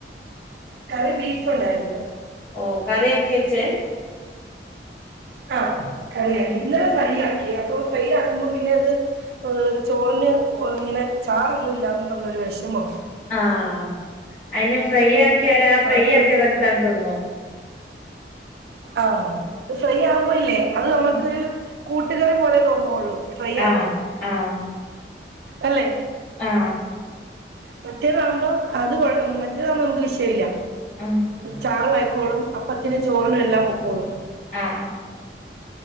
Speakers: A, on the right (about 65°); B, on the left (about 35°).
A: കറി ബീഫൊണ്ടാര്ന്ന്
B: ഓഹ് കറിയാക്കിയ ച്ചേ
A: ആഹ് കറിയാക്കി
B: ഉം
A: ഇന്നലെ ഫ്രൈയാക്കി അപ്പൊ ഫ്രൈയാക്കുമ്പോ പിന്നത് ആത് ചോറിന് ഇങ്ങനെ ചാറൊന്നും ഇല്ലാന്നും പറഞ്ഞൊരു വെഷമവാ
B: ആഹ് അയിന് ഫ്രൈയാക്കിയാല ഫ്രൈ
A: അത്
B: ആക്കിയത്
A: ഒരു
B: <unintelligible> തിന്നു
A: ആഹ് ഫ്രൈയാമ്പോ ഇല്ലേ അത് നമ്മക്കൊരു
B: ഉം.
A: കൂട്ടുകറി പോലെ തോന്നുള്ളൂ ഫ്രൈ
B: ആഹ്
A: ആമ്പം
B: ആഹ്
A: അല്ലെ
B: ആഹ്
A: മറ്റേതാമ്പ അത് കൊഴ മറ്റേതാമ്പ നമുക്ക് വിഷയവില്ല
B: ആഹ്
A: ചാറുവായിക്കോളും അപ്പത്തിനും ചോറിനും എല്ലാം പൊക്കോളും
B: ആഹ്